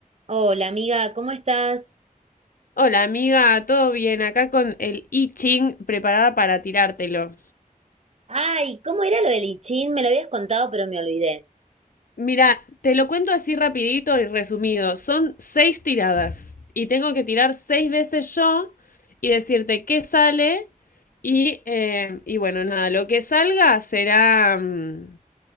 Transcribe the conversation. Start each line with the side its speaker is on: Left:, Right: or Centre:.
Right: Hola amiga, ¿cómo estás?
Left: Hola amiga, ¿todo bien? Acá con el I Ching preparada para tirártelo.
Right: Ay, ¿cómo era lo del I Ching? Me lo habías contado, pero me olvidé.
Left: Mira, te lo cuento así rapidito y resumido. Son seis tiradas y tengo que tirar seis veces yo y decirte qué sale y, eh, y bueno, nada, lo que salga será, mm,